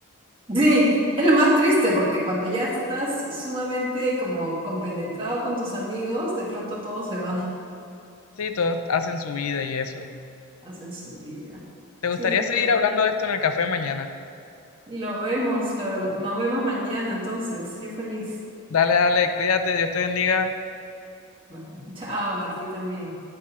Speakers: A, on the right (about 25°); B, on the left (about 75°).
A: <laughs> sí, es lo más triste porque cuando ya estás sumamente como compenetrado con tus amigos, de pronto todos se van,
B: Sí, todos hacen su vida y eso.
A: <laughs> hacen su vida.
B: ¿Te gustaría
A: Sí, pues
B: seguir hablando de esto en el café mañana?
A: lo vemos, lo- lo- nos vemos mañana entonces. Yo feliz.
B: Dale, dale, cuídate, Dios te bendiga.
A: Va, <laughs> Chao, a ti también.